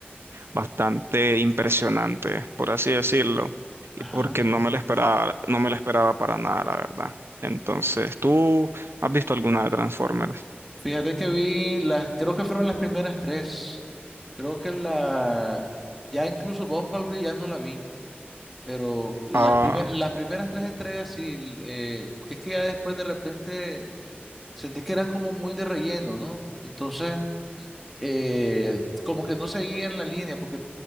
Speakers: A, on the right (about 80°); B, in the centre.
A: bastante impresionante, por así decirlo, y
B: Ajá.
A: porque no me la esperaba, no me la esperaba para nada, la verdad. Entonces, ¿tú has visto alguna de Transformers?
B: Fíjate que vi las, creo que fueron las primeras tres. Creo que la, ya incluso Bumblebee ya no la vi, pero las,
A: Ah,
B: primer- las primeras tres entregas sí, eh, porque es que ya después de repente sentí que eran como muy de relleno, ¿no? Entonces, eh, como que no seguían la línea, porque